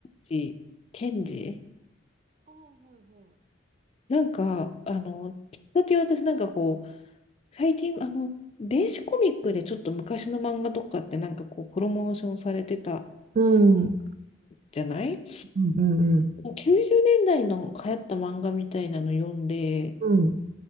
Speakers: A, on the left; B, on the right.
A: 口健二なんか、あの、きっかけは私なんかこう、最近、あの、電子コミックでちょっと昔の漫画とかってなんかこう、プロモーションされてた
B: うん
A: じゃない
B: うんうん。
A: 90年代の流行った漫画みたいなの読んで、
B: ああはいはいうん。うんうんうんうん